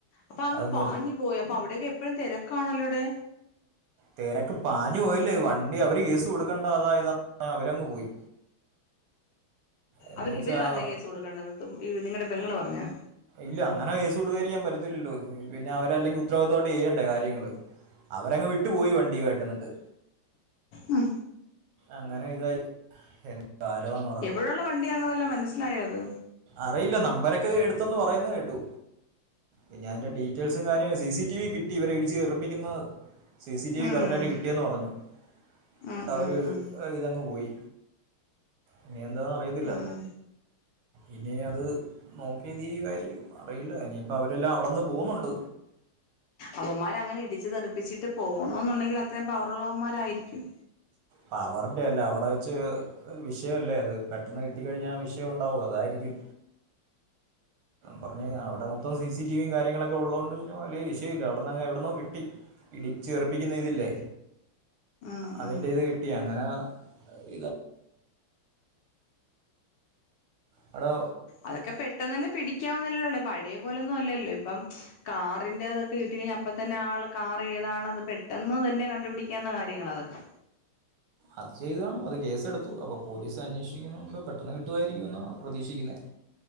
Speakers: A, on the left (about 70°); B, on the right (about 90°).
A: അപ്പൊ അങ്ങ്
B: അത്
A: പാഞ്ഞു
B: നിർ
A: പോയി അപ്പെ അവിടെയൊക്കെ എപ്പഴും തിരക്കാണല്ലോടെ
B: തിരക്ക് പാഞ്ഞു പോയില്ലേ വണ്ടി അവര് കേസ് കൊടുക്കേണ്ട അതാ ഇതാ പറഞ് അവരങ്ങ് പോയി എന്ന്
A: അവര്
B: വെച്ചാൽ
A: ഇവര് പറഞ്ഞ കേസ് കൊടുക്കണ്ടന്ന നിങ്ങളടെ പെങ്ങൾ പറഞ്ഞോ
B: ഇല്ല അങ്ങനെ കേസ് കെടുക്കായിരിക്കാൻ പറ്റത്തില്ലല്ലോ പിന്നെ അവര് അല്ലെങ്കിൽ ഉത്തരവാദിത്തത്തോട്ട് ചെയ്യേണ്ടേ കാര്യങ്ങള് അവരങ് വിട്ടു പോയി വണ്ടിയുമായിട്ട് എന്നട്ട്
A: ഉം
B: അങ്ങനെ ഇതായി കാലമാന്ന് പറഞ്ഞു
A: എവിടെയുള്ള വണ്ടിയാണന്ന് വല്ലേ മനസ്സിലായോ അത്
B: അറിയില്ല നമ്പരൊക്കെ എടുത്തന്ന് പറയുന്നേ കേട്ടു ഞൻ എൻന്റെ ഡീറ്റെയിൽസും കാര്യം സി സി ടി വി കിട്ടി ഇവരെ ഇടിച്ച് തെറുപ്പിക്കുന്നത് C C T V
A: ഉം
B: correct ആയിട്ട് കിട്ടിയെന്ന് പറഞ്ഞു
A: ഉം
B: എന്നിട്ട് അവര്
A: ഉം ഉം
B: അയില് അങ്ങ് പോയി ഇനി എന്താെന്ന് അറിയത്തില്ല
A: ഉം
B: ഇനി അത് നോക്കിയ ഇത് ചെയ്യു ആയിരിക്കും അറിയില്ല ഇനിയിപ്പം അവരെല്ലാം അവിടെന്ന് പോകുന്നുണ്ട്
A: അവൻമാര് അങ്ങനെ ഇടിച്ച് തെറുപ്പിച്ചിട്ട് പോകണം എന്നുണ്ടെങ്കിൽ അത്രയും പവർ ഉള്ളവൻമാർ ആയിരിക്കും
B: പവറിന്റെ അല്ല അവിടെ വെച്ച് ഒരു വിഷയല്ലേ അത് പെട്ടെന്ന് കിട്ടിക്കഴിഞ്ഞാൽ വിഷയം ഉണ്ടാവും അതായിരിക്കും പറഞ്ഞ അവിടെ മൊത്തം സി സ ടി വി യും കാര്യങ്ങളൊക്കെ ഉള്ളത് കൊണ്ട് പിന്നെ വലിയ വിഷയമില്ല അവിടെന്ന് എവിടുന്നേ കിട്ടി ഇടിച്ച് തെറുപ്പിക്കുന്ന ഇതില്ലേ
A: ഉം
B: അതിന്റേത്
A: ഉം
B: കിട്ടി അങ്ങനെ ഇത് അവിടെ
A: അതൊക്കെ പെട്ടെന്ന് തന്നെ പിടിക്കാവുന്നല്ലല്ലേ പഴയ പോലെന്നും അല്ലോ ഇപ്പം കാറിന്റെറ അതൊക്കെ കിട്ടി കഴിഞ്ഞാ അപ്പം തന്നെ ആള് കാർ ഏതാണ് അത് പെട്ടെന്ന് തന്നെ കണ്ടുപിടിക്കാവുന്ന കാര്യങ്ങൾ അതൊക്കെ
B: അത് ചെയ്തണും അത് കേസെടുത്തു അപ്പോൾ പോലീസ് അന്വേഷിക്കുന്നണ്ട് പെട്ടെന്ന് കിട്ടുമായിരിക്കും എന്നാണ് പ്രതീക്ഷിക്കുന്നത്